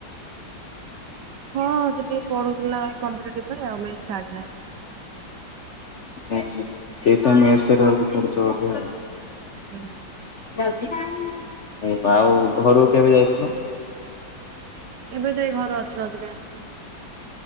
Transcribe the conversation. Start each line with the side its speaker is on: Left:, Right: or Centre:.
Right: ହଁଅ-ଅ-ଅ ସେଠି ପଢୁ। ପିଲା ଏଇ କମ୍ପିଟେଟିଭ୍ ପାଇଁ ଆଉ‌ ମେସ୍ ଛାଡ଼ିଲା ଆଉ
Left: ହୋ ହୋ ସେଇଥିପାଇଁ ମେସରେ ରହିକି ପଢୁଛ ବୋଧେ ଆଉ।
Right: ହୁଁ।
Left: ଏ ଆଉ ଘରୁକୁ କେବେ ଯାଇଥିଲ?
Right: ଏବେ ତ ଏଇ ଘରେ ଅଛି ରଜ ପାଇଁ ଆସିଛି।